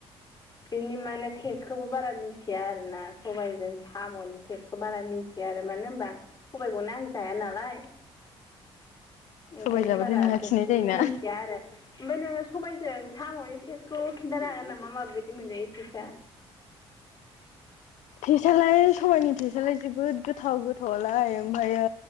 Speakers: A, on the left; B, on the left.
A: बिनि माने टेस्टखौबो बारा मिथिया आरोना सबाइजों सा सामनि टेस्टखौ बारा मिन्थिया आरो मानो होनबा सबायखौनो आं जाया नालाय ओंखायनो
B: सबाय जाबाथाय
A: बारा
B: नोंहा
A: टेस्टखौ
B: खिनाय जायोना
A: मिथिया आरो ओमफ्राय नोङो सबायजों साम'नि टेस्ट खौ खिन्थानो हागोन नामा माबायदि मोनजायो टेस्टआ
B: टेस्टालाय सबायनि टेस्टालाय जोबोद गोथ गोथाव गोथावलाय ओमफ्रायो